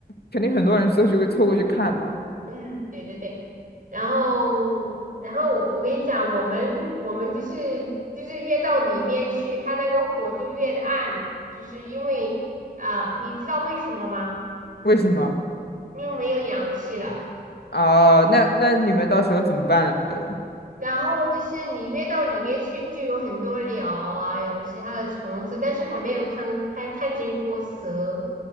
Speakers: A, on the left; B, on the right.
A: 肯定很多人凑去凑过去看嘛。
B: 嗯，对对对，然后，然后我我跟你讲，我们我们就是就是越到里面去，它那个火就越的暗，就是因为啊、你知道为什么吗？
A: 为什么？
B: 因为没有氧气了。
A: 啊、那那你们到时候怎么办呢？
B: 然后就是你越到里面去，就有很多鸟啊，有其他的虫子，但是还没有看还看见过蛇，